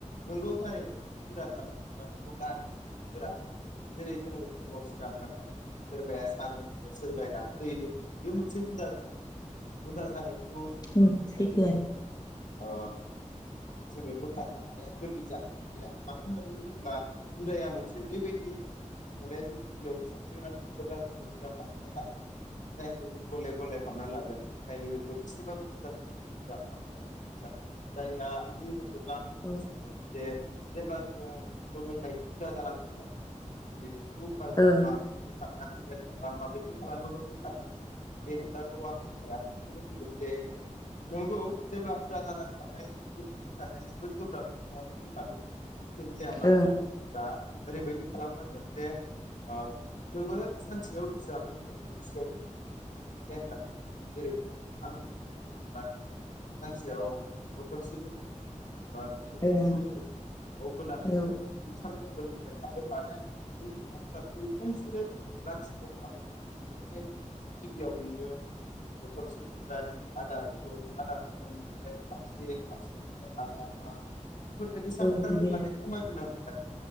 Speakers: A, on the left; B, on the left.
A: नोंगौ थारैनो जुदि हुदा जालाङोबा बेखौ गारनो गोरा जायो जेरै जोङो फुंआव सिखारनानै सोरबाया सा लोङो सोरबाया दै लोङो बे मोनसे हुदा जानांबाय हुदा जानाय फुंआव जों सरासनस्रायै
B: ओं सैथोआनो
A: अ जोङो बोखारनो हानाया गोरलै जानानै फैया मानो होननानै बुङोब्ला हुदाया मोनसे ओरैबायदि माने जों गिबियावनो सानग्रोनांगौ जेब्ला जोङो हुदा खालामना लागोन जायखौ जों गले गले खालामना लागोन ओंखायनो बेखौ एसेबाबो मोजां बुस्थखौ हुदा खालामना लायो जायहा आंनि म थिब्ला आंबो
B: औ
A: सानगोन दे जेब्ला जोङो जौ लोंनायनि हुदा जालांखाबाय बे बेखौ होनबा
B: ओं
A: माबोरैखौ बोखारनो हागोन? एबा माबायदि खालामोबा बोखार जागोन बे खोथाखौ आंनिफ्राय आं बेखौनो बुङो जे नंगौ जेब्ला हुदा जालां खाबाय <unintelligible> बोखारनाया जोबोद गोब्राब नोंथाङाबो बुंखादों। <unintelligible> जाया मानो
B: ओं
A: आंनिबा ओरैबायदि खालामनांगोन जे ओ नोङो सानसेयाव बेसेबां लोङो बिनि सायाव प्लेन जागोन जेरै आं बुंनि जेनेबा नोङो सानसेयाव बथलमोनसे लोङो। एबा बथलसे
B: ओं
A: जौ लोङो अब्ला नोङो
B: औ
A: बेखौ सा बो लोंबाय थाबो थानायानाय नों बे कटारखौरि खनसेनो लाथिख' खालामनो हाया बेनिखायनो गिबियाव नोङो बथलसेनिफ्राय आदा बथल आदा बथलनिफ्राय खापसे खापसेनि आदा खाब फोरबायदि सानफ्रोमबो
B: औ बिदिनो
A: माने खमायबोनांगोन आरो।